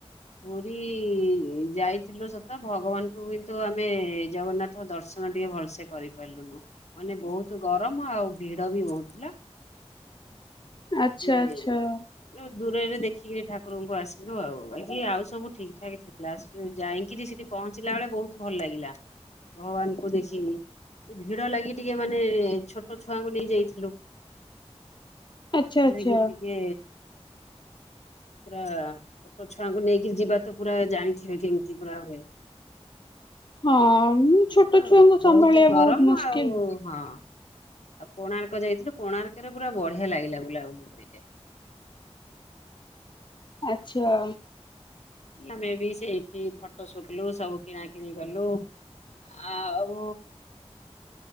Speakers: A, on the left; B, on the left.
A: ପୁରୀ ଯାଇଥିଲୁ ସତ ଭଗବାନଙ୍କୁ ହୁଏତ ଆମେ ଜଗନ୍ନାଥ ତ ଦର୍ଶନ ଟିକେ ଭଲସେ କରିପାରିଲୁନୁ। ମାନେ ବହୁତ ଗରମ ଆଉ ଭିଡ଼ ବି ବହୁତ ଥିଲା।
B: ଆଚ୍ଛା
A: ନି
B: ଆଚ୍ଛା
A: ଦୂରରେ ଦେଖିକି ଠାକୁରଙ୍କୁ ଆସିଲୁ ଆଉ। ବାକି ଆଉ ସବୁ ଠିକ ଠାକ ଥିଲା। ଯାଇକିରି ସେଠି ପହଞ୍ଚିଲା ବେଳେ ବହୁତ ଭଲ ଲାଗିଲା। ଭଗବାନଙ୍କୁ ଦେଖିଲି। ଭିଡ଼ ଲାଗି ଟିକେ ମାନେ ଛୋଟ ଛୁଆଙ୍କୁ ନେଇ ଯାଇଥିଲୁ।
B: ଆଚ୍ଛା। ଆଚ୍ଛା
A: ନେଇକି ଟିକେ ପୁରା ଛୋଟ ଛୁଆଙ୍କୁ ନେଇକି ଯିବା ତ ପୁରା ଜାଣିଥିବେ କେମିତି ପୁରା ହୁଏ।
B: ହଁ
A: ଏମତି
B: ଛୋଟ
A: ଆଉ
B: ଛୁଆଙ୍କୁ ସମ୍ଭାଳିବା
A: ବହୁତ ଗରମ
B: ମୁସ୍କିଲ।
A: ଆଉ ହଁ ଆଉ କୋଣାର୍କ ଯାଇଥିଲୁ କୋଣାର୍କରେ ପୁରା ବଢ଼ିଆ ଲାଗିଲା ବୁଲାବୁଲି ରେ।
B: ଆଚ୍ଛା।
A: ଆମେ ବି ସେଇଠି ଫଟୋ ସୁଟ କଲୁ ସବୁ କିଣା କିିଣି କଲୁ। ଆଉ